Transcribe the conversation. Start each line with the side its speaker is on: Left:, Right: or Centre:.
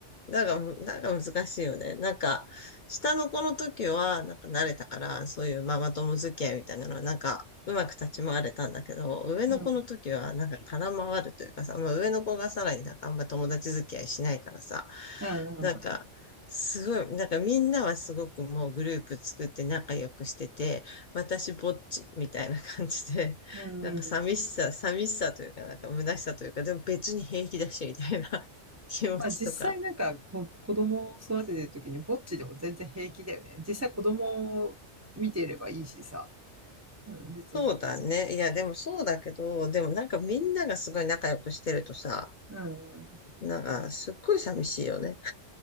Left: なんかむ、なんか難しいよね。なんか、下の子の時は、なんか慣れたから、そういうママ友付き合いみたいなのは、なんか、うまく立ち回れたんだけど、上の子の時は、
Right: うん、
Left: なんか空回るというかさ、まあ上の子がさらになんかあんま友達付き合いしないからさ、
Right: うん、
Left: なんか、すごい、なんかみんなはすごくもうグループ作って仲良くしてて、私ぼっちみたいな感じで、
Right: うん、
Left: <laughs> なんか寂しさ、
Right: うん。
Left: 寂しさというか、なんか虚しさというか、でも別に平気だしみたいな <laughs> 気持ちとか。
Right: まあ実際なんかこ子供を育ててる時にぼっちでも全然平気だよね。実際子供を見ていればいいしさ、うん、別にね。
Left: そうだね。いや、でもそうだけど、でもなんかみんながすごい仲良くしてるとさ、
Right: うん、うん。
Left: なんかすっごい寂しいよね。